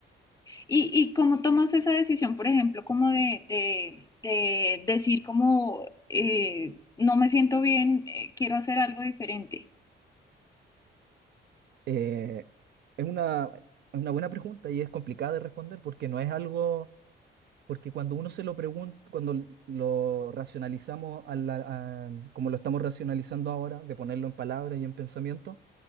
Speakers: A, on the left; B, on the right.
A: ¿Y, y cómo tomas esa decisión, por ejemplo, como de, de, de decir como eh, no me siento bien, eh, quiero hacer algo diferente?
B: Eh, es una, es una buena pregunta y es complicada de responder porque no es algo, porque cuando uno se lo pregunta, cuando l- lo racionalizamos a la- a- como lo estamos racionalizando ahora, de ponerlo en palabras y en pensamiento,